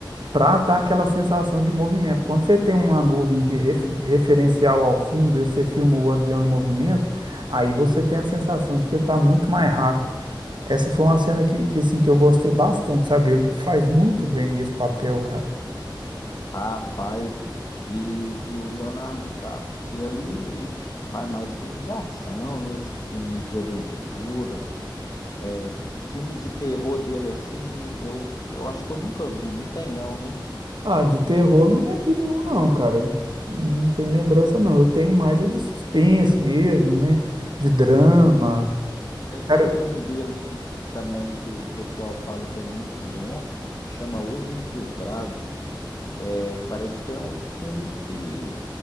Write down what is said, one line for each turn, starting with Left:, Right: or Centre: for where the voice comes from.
Right: para dar aquela sensação de movimento. Quando você tem uma nuvem de ref-
Left: Um,
Right: de referencial ao fundo e você filma o avião em movimento, aí você tem a sensação de que ele está muito mais rápido. Essa foi uma cena que, que, assim, que eu gostei bastante, sabe? Ele faz muito
Left: dois.
Right: bem esse papel, cara.
Left: A Pfizer e, e o Leonardo DiCaprio, se ele faz mais filme de ação, né? Esses filme de aventura, é, filme de terror dele assim, eu, eu acho que eu nunca vi, não tem não, né?
Right: Ah, de terror não lembro de nenhum, não, cara. Não tem lembrança, não. Eu tenho mais é de suspense mesmo, né? De drama.
Left: Tem, tem
Right: Cara,
Left: um filme dele de- também que o pessoal fala que é muito bom, chama Os Infiltrados. É, parece que é um filme de,